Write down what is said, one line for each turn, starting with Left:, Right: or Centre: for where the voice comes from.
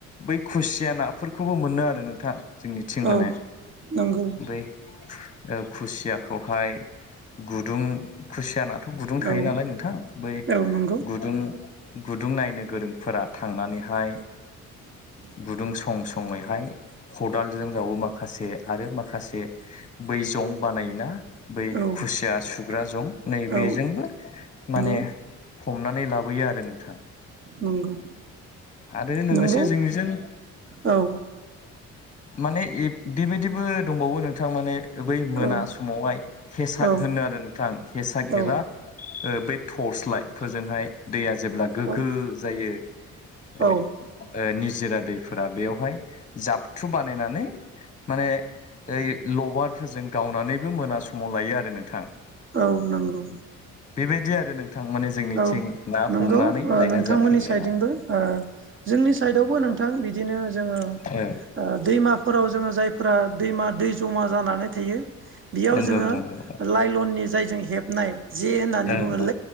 Left: बै खुसिया नाफोरखौबो मोनो आरो नोंथां। जोंनिथिं माने
Right: औ नंगौ
Left: बै ओ खुसियाखौहाय गुदुं खुसिया ना थ' गुदुं थायो
Right: औ
Left: नालाय नोंथां बै
Right: औ नंगौ
Left: गुदुं गुदुं नायनो गोरों फोरा थांनानैहाय
Right: <inaudible>
Left: गुदुं सं-सङैहाय खदालजों जावो माखासे आरो माखासे बै जं बानायोना बै
Right: औ
Left: खुसिया सुग्रा जं नै
Right: औ
Left: बेजोंबो माने
Right: नंगौ
Left: हमनानै लाबोयो आरो नों
Right: नंगौ।
Left: आरो लोगोसे
Right: नंगौ
Left: जोंनिजों
Right: औ
Left: माने ए बेबायदिबो दंबावो नोंथां माने बै
Right: औ
Left: मोना समावहाय हेसाक
Right: औ
Left: होनो आरो नोंथां हेसाख
Right: औ
Left: एबा ओ बे टर्स लाइट फोरजोंहाय दैया जेब्ला गोग्गो
Right: औ
Left: जायो
Right: औ
Left: ए ओ नि जिरा दैफोरा बेवहाय जाबथु बानायनानै माने ओइ लबारफोरजों गावनानैबो मोना समाव लायो आरो नोंथां।
Right: औ नंगौ
Left: बेबायदि आरो नोंथां माने जोंनिथिं
Right: औ
Left: ना
Right: नंगौ
Left: हमनानै
Right: ओ
Left: लायनानै
Right: नोंथांमोननि
Left: जाफैनाया
Right: साइडजोंबो
Left: ।
Right: ओ जोंनि साइदआवबो नोंथां बिदिनो जोङो ओ
Left: औ
Right: दैमाफोराव जोङो जायफोरा दैमा दै जमा जानानै थायो बेयाव
Left: नंगौ
Right: जोङो
Left: नंगौ
Right: लाइलननि जायजों हेबनाय जे होननानै
Left: औ
Right: बुङो
Left: औ